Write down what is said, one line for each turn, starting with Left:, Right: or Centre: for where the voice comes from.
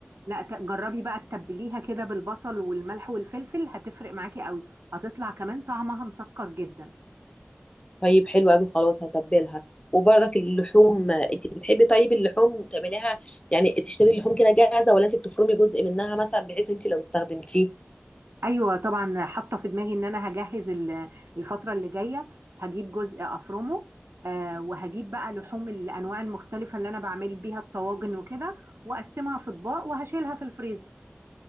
Right: لا ت- جربي بقى تتبليها كده بالبصل والملح والفلفل هتفرق معاكي قوي هتطلع كمان طعمها مسكر جدا
Left: طيب حلو قوي خلاص هتبلها وبرضك اللحوم انت بتحبي طيب اللحوم تعمليها يعني تشتري اللحوم كده جاهزه ولا انت بتفرمي جزء منها مثلا بحيث انت لو استخدمتيه
Right: ايوه طبعا حاطه في دماغي ان انا هجهز ال- الفتره اللي جايه هجيب جزء افرمه آه وهجيب بقى لحوم الانواع المختلفه اللي انا بعمل بيها الطواجن وكده واقسمها في اطباق وهشيلها في الفريزر